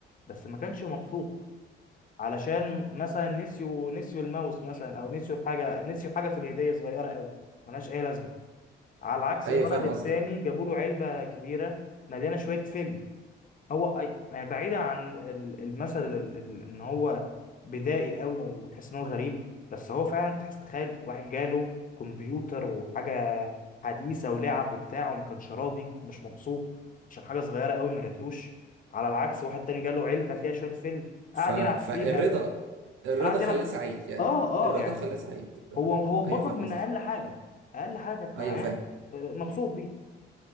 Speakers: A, on the left (about 40°); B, on the right (about 80°).
A: بس ما كانش مبسوط علشان مثلا نسيوا نسيوا الماوس مثلا او نسيوا حاجة نسيوا حاجة في الهدية صغيرة قوي ملهاش اي لازمة على عكس
B: ايوه
A: الولد
B: فاهم
A: التاني
B: قصدك
A: جابوا له علبة كبيرة مليانة شوية فل هو أي- يعني بعيدا عن ال- المثل ال- ال- ان هو بدائي قوي وتحس ان هو غريب بس هو فعلا تحس تخيل واحد جاله كمبيوتر وحاجه حديثه ولعب وبتاع وما كانش راضي ومش مبسوط عشان حاجه صغيره قوي ما جاتلوش على العكس واحد تاني جاله علبه فيها شويه فيلم
B: ف...
A: قعد
B: فالرضا
A: يلعب فيها
B: الرضا
A: قعد
B: خلاه
A: يلعب
B: سعيد يعني
A: اه
B: الرضا
A: اه يعني
B: خلاه سعيد آه.
A: هو هو اتبسط
B: ايوه فاهم
A: من
B: قصدك
A: اقل حاجه اقل حاجه كانت
B: ايوه
A: معاه
B: فاهم
A: آه، مبسوط بيه